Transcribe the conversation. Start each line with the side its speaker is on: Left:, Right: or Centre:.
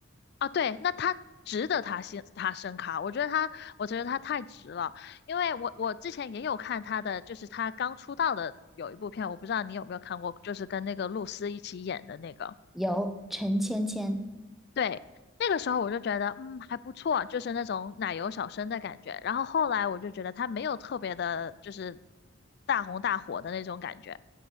Left: 啊，对，那他值得他先他升卡，我觉得他，我觉得他太值了，因为我我之前也有看他的，就是他刚出道的有一部片，我不知道你有没有看过，就是跟那个露丝一起演的那个，
Centre: 有，陈芊芊。
Left: 对，那个时候我就觉得嗯还不错，就是那种奶油小生的感觉，然后后来我就觉得他没有特别的，就是大红大火的那种感觉，